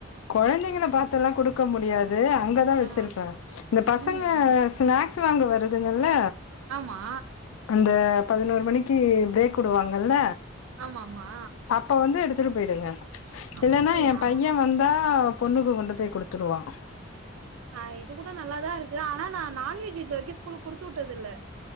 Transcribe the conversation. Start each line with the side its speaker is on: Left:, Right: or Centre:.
Left: கொழந்தைங்கள பாத்தெல்லா குடுக்க முடியாது அங்கதா வெச்சிருப்பே
Right: ஆ
Left: இந்த பசங்க
Right: ம் ம்
Left: ஸ்நாக்ஸ் வாங்க வருதுங்கல்ல
Right: ஆமா
Left: அந்த பதினொரு மணிக்கு பிரேக் விடுவாங்கல்ல
Right: ஆமாமா
Left: அப்ப வந்து எடுத்துட்டு போயிடுங்க
Right: அப்படியா
Left: இல்லன்னா என் பையன் வந்தா பொண்ணுக்கு கொண்டு போய் குடுத்துருவான்
Right: ஆ இது கூட நல்ல தா இருக்கு ஆனா நா நான்வெஜ் இது வரைக்கு ஸ்கூலுக்கு குடுத்து விட்டது இல்ல